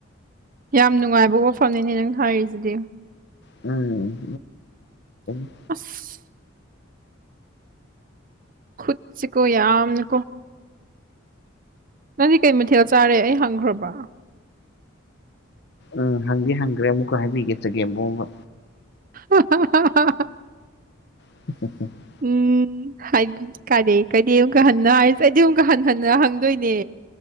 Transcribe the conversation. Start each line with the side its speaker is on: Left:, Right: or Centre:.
Right: ꯌꯥꯝ ꯅꯨꯡꯉꯥꯏꯕ ꯋꯥꯐꯝꯅꯤꯅꯦ ꯅꯪ ꯍꯥꯏꯔꯤꯁꯤꯗꯤ
Left: ꯎꯝ <unintelligible>
Right: ꯑꯁ꯫ ꯈꯨꯠꯁꯤꯀꯣ ꯌꯥꯝꯅꯀꯣ꯫ ꯅꯪꯗꯤ ꯀꯩ ꯃꯊꯦꯜ ꯆꯥꯔꯦ ꯑꯩ ꯍꯪꯈ꯭ꯔꯕ꯫
Left: ꯎꯝ ꯍꯪꯗꯤ ꯍꯪꯈ꯭ꯔꯦ ꯑꯃꯨꯛꯀ ꯍꯥꯏꯕꯤꯒꯦ ꯆꯒꯦꯝ ꯄꯣꯝꯕ꯫
Right: <unintelligible>
Left: <unintelligible>
Right: ꯎꯝ ꯍꯥꯏ ꯀꯔꯤ ꯑꯃꯨꯛꯀ ꯍꯟꯅ ꯍꯥꯏꯁꯦ ꯑꯩꯗꯤ ꯑꯃꯨꯛꯀ ꯍꯟ ꯍꯟꯅ ꯍꯪꯗꯣꯏꯅꯦ